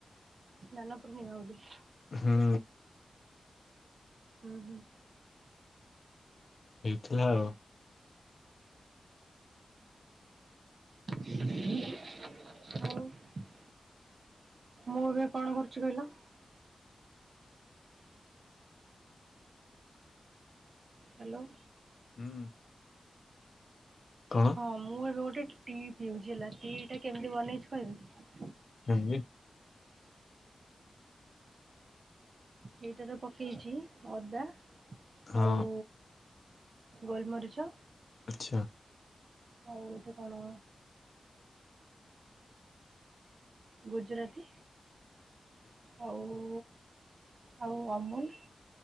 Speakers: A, on the right; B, on the left.
A: ସ୍ନାନ ପୂର୍ଣ୍ଣିମା ବୋଲି।
B: ହୁଁ।
A: ଉଁ ହୁଁ।
B: ହେଇଥିଲା ଆଉ।
A: ଆଉ? ମୁଁ ଏବେ କଣ କରୁଛି କହିଲ? ହ୍ୟାଲୋ।
B: ହୁଁ। କଣ?
A: ହଁ ମୁଁ ଏବେ ଗୋଟେ ଟି ପିଉଛି ହେଲା ଟି ଟା କେମିତି ବନେଇଛି କହିବି।
B: କେମିତି?
A: ଏଇଟାର ପକେଇଛି ଅଦା
B: ହଁ।
A: ଆଉ ଗୋଲମରିଚ।
B: ଆଚ୍ଛା।
A: ଆଉ ଗୋଟେ କଣ? ଗୁଜୁରାତି ଆଉ ଆଉ ଅମୁଲ